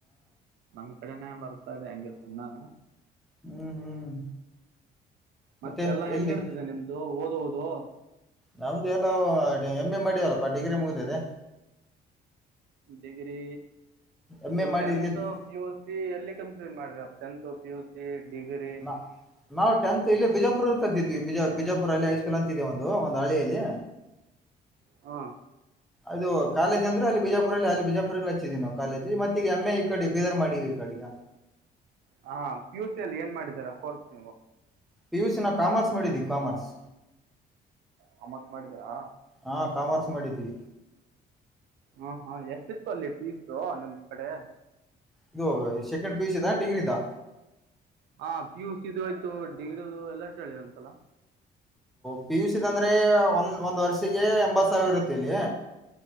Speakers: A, on the right; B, in the centre.
A: ನಮ್ ಕಡೆನೆ ಬರ್ತಾದೆ ಹಂಗೆ ಸಣ್ಣಾನೆ
B: ಹ್ಮ್ ಹ್ಮ್
A: ಮತ್ತೆಲ್ಲಾ
B: ಮತ್ತೆ
A: ಹೆಂಗ
B: ಎಲ್ಲಿ
A: ನೆಡಿದಿದೆ ನಿಮ್ದು ಓದೋದು.
B: ನಮ್ದು ಏನೋ ಎಮ್ ಎ ಮಾಡ್ಯವಾರಪ್ಪ ಡಿಗ್ರಿ ಮುಗಿದಿದೆ.
A: ಡಿಗ್ರಿ
B: ಎಮ್
A: ಇದು
B: ಎ ಮಾಡಿ
A: tenth
B: ಇಲ್ಲಿ B-
A: P U C ಎಲ್ಲಿ ಕಂಪ್ಲೀಟ್ ಮಾಡಿದ್ರ tenth P U C degree.
B: ನಾ ನಾವು ಟೆಂತ್ ಇಲ್ಲಿ ಬಿಜಾಪುರ ಕಾಳ್ತಿದ್ವಿ ಬಿಜಾ ಬಿಜಾಪುರ ಅಲ್ಲಿ ಹೈಸ್ಕೂಲ್ ಅಂತಿದೆ ಒಂದು ಒಂದು ಹಳ್ಳಿಯಲ್ಲಿ
A: ಹಾ
B: ಅದು ಕಾಲೇಜ್ ಅಂದ್ರ ಅಲ್ಲಿ ಬಿಜಾಪುರಲ್ಲಿ ಅಲ್ಲಿ ಬಿಜಾಪುರಲ್ಲಿ ಹಚ್ಚಿದೀವಿ ನಾವು ಕಾಲೇಜ್ ಮತ್ತ ಈಗ ಎಂ ಎ ಈ ಕಡೆ ಬೀದರ್ ಮಾಡೀವಿ ಈ ಕಡೆಗ
A: ಹಾ ಪಿ ಯು ಸಿ ಅಲ್ಲಿ ಏನ್ ಮಾಡಿದಾರ ಕೋರ್ಸ್ ನೀವು?
B: ಪಿ ಯು ಸಿ ನ ಕಾಮರ್ಸ್ ಮಾಡಿದೀವಿ ಕಾಮರ್ಸ್.
A: ಕಾಮರ್ಸ್ ಮಾಡಿದ್ದೀರಾ.
B: ಹಾ ಕಾಮರ್ಸ್ ಮಾಡಿದ್ವಿ.
A: ಹ್ಮ್ ಹ್ಮ ಎಷ್ಟಿತ್ತು ಅಲ್ಲಿ ಫೀಸು ನಿಮ್ ಕಡೆ?
B: ಇದು ಸೆಕೆಂಡ್ ಪಿ ಯು ಸಿ ದಾ ಡಿಗ್ರಿದಾ?
A: ಹಾ ಪಿ ಯು ಸಿ ದು ಆಯ್ತು ಡಿಗ್ರಿದು ಎಲ್ಲಾ ಕೇಳಿ ಅಂತಲ್ಲ.
B: ಪಿ ಯು ಸಿ ದ ಅಂದ್ರೆ ಒಂದ್ ಒಂದ್ ವರ್ಷಿಗೆ ಎಂಬತ್ ಸಾವಿರ ಇರುತ್ತೆ ಇಲ್ಲಿ.